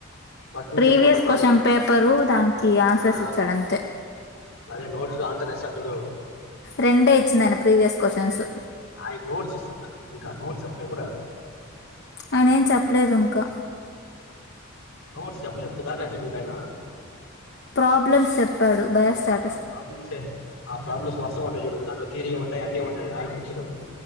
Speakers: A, on the left (about 80°); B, on the left (about 50°).
A: ఫస్ట్ నుంచి
B: ప్రీవియస్
A: చెప్పుకుంటా వచ్చుకుంటు
B: క్వషన్ పేపరు దానికి ఆన్సర్స్
A: ఆ
B: ఇచ్చాడంతే.
A: అదే నోట్స్ లో ఆన్సర్ ఇస్తాడు చూడు.
B: రెండే ఇచ్చిందైన ప్రీవియస్ కోషన్సు.
A: ఆయ నోట్స్ ఇస్తాన్న నీక. నోట్స్ అప్ ఎప్పుడ.
B: ఆయనేం చెప్పలేదు ఇంకా.
A: నోట్స్ చెప్పాలేదు కదా మేబి మీకాయన.
B: ప్రాబ్లమ్స్ చెప్పాడు బయోస్టార్
A: ఆ ప్రాబ్లమ్స్ ఎ. ఆ ప్రాబ్లమ్స్ వర్సగుంటాయి చూడు, దాంట్లో థియరీ ఉంటాయి అన్ని ఉంటాయి ఆనివి ఇచ్చిర్రు.